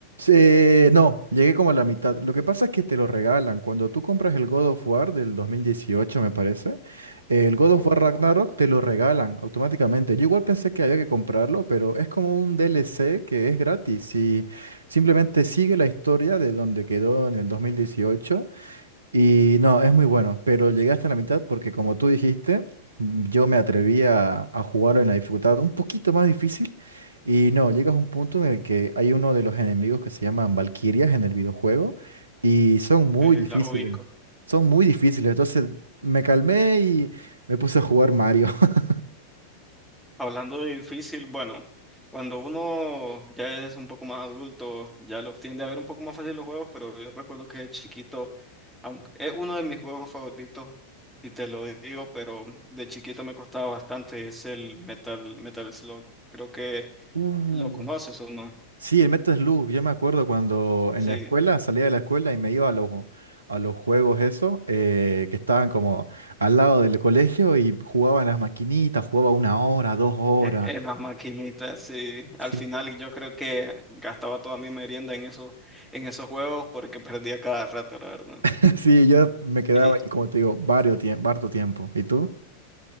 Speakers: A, on the right; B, in the centre.
A: Eh, no, llegué como a la mitad. Lo que pasa es que te lo regalan. Cuando tú compras el God of War del 2018, me parece, el God of
B: Oh,
A: War Ragnarok te lo regalan automáticamente. Yo igual pensé que había que comprarlo, pero es como un DLC que es gratis y simplemente sigue la historia de donde quedó en el 2018. Y no, es muy bueno, pero llegué hasta la mitad porque como tú dijiste, yo me atreví a, a jugar en la dificultad un poquito más difícil y no, llegas a un punto en el que hay uno de los enemigos que se llaman Valquirias en el videojuego y son muy
B: sí,
A: difíciles,
B: la ubico.
A: son muy difíciles, entonces me calmé y me puse a jugar Mario. <laughs>
B: Hablando de difícil, bueno, cuando uno ya es un poco más adulto, ya los tiende a ver un poco más fácil los juegos, pero yo recuerdo que de chiquito, aunque es uno de mis juegos favoritos, y te lo digo, pero de chiquito me costaba bastante, es el Metal, Metal Slug. Creo que
A: Uh.
B: lo conoces o no.
A: Sí, el Metasloop, yo me acuerdo cuando
B: Sí,
A: en la escuela, salía de la escuela y me iba a los, a los juegos eso, eh, que estaban como al lado del colegio y jugaba en las maquinitas, jugaba una hora, dos horas.
B: E- En las maquinitas, sí.
A: Sí,
B: Al final yo creo que gastaba toda mi merienda en esos, en esos juegos porque perdía cada rato, la verdad.
A: <laughs> sí, yo me quedaba
B: Y
A: ahí, como te digo, varios tiempo, harto tiempo. ¿Y tú?